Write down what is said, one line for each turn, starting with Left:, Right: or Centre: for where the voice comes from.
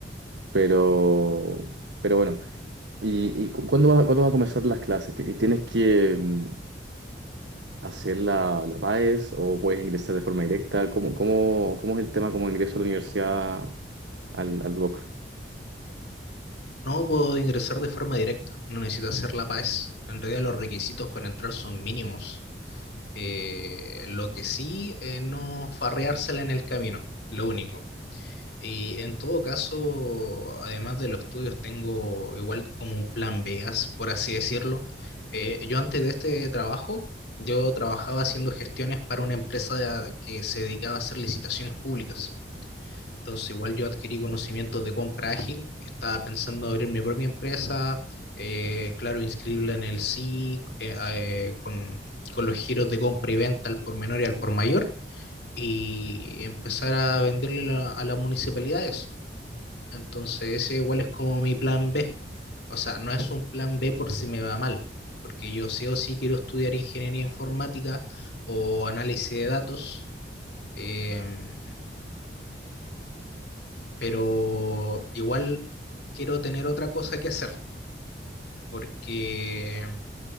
Right: Pero, pero bueno, ¿y, y cu- cuándo va, cuándo va a comenzar las clases? ¿Te- y ¿Tienes que mm, hacer la, la PAES o puedes ingresar de forma directa? ¿Cómo, cómo, cómo es el tema como ingreso a la universidad al, al BUOC?
Left: No puedo ingresar de forma directa, no necesito hacer la PAES. En realidad los requisitos para entrar son mínimos. Eh, lo que sí, eh, no farreársela en el camino, lo único. Y en todo caso, además de los estudios, tengo igual como un plan B, as- por así decirlo. Eh, yo antes de este trabajo, yo trabajaba haciendo gestiones para una empresa que se dedicaba a hacer licitaciones públicas. Entonces, igual yo adquirí conocimientos de compra ágil, estaba pensando abrir mi propia empresa, eh, claro, inscribirla en el SIC, eh, eh, con, con los giros de compra y venta al por menor y al por mayor, y empezar a venderle la- a las municipalidades. Entonces ese igual es como mi plan B. O sea, no es un plan B por si me va mal, porque yo sí o sí quiero estudiar ingeniería informática o análisis de datos, em, pero igual quiero tener otra cosa que hacer, porque,